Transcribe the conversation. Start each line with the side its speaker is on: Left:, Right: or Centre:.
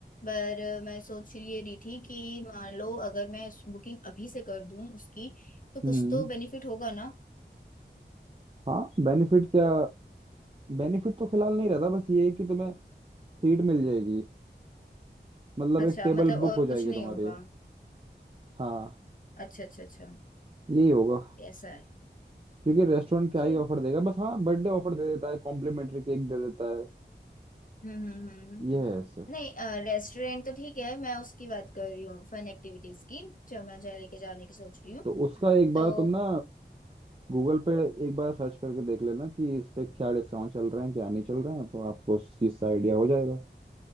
Left: पर मैं सोच रही ये रही थी कि मान लो अगर मैं बुकिंग अभी से कर दूं उसकी तो कुछ
Right: हम्म
Left: तो बेनिफिट होगा ना
Right: हाँ बेनिफिट क्या बेनिफिट तो फिलहाल नहीं रहता बस ये है कि तुम्हें सीट मिल जाएगी मतलब
Left: अच्छा
Right: एक टेबल
Left: मतलब
Right: बुक
Left: और
Right: हो
Left: कुछ
Right: जाएगी
Left: नहीं
Right: तुम्हारी
Left: होगा
Right: हाँ
Left: अच्छा अच्छा अच्छा
Right: यही होगा
Left: ऐसा है
Right: क्योंकि रेस्टोरेंट क्या
Left: चल
Right: ही ऑफर देगा बस हाँ बर्थडे ऑफर दे देता है कॉम्प्लीमेंट्री केक दे देता है
Left: हम्म हम्म हम्म हम्म।
Right: ये है ऐसे
Left: नहीं रेस्टोरेंट तो ठीक है मैं उसकी बात कर रही हूँ फन एक्टिविटीज की जो मैं जा लेके जाने की सोच रही हूँ
Right: तो उसका एक बार
Left: तो
Right: तुम ना गूगल पे एक बार सर्च करके देख लेना कि इस पे क्या डिस्काउंट चल रहे हैं क्या नहीं चल रहे हैं तो आपको उस चीज़ का आइडिया हो जाएगा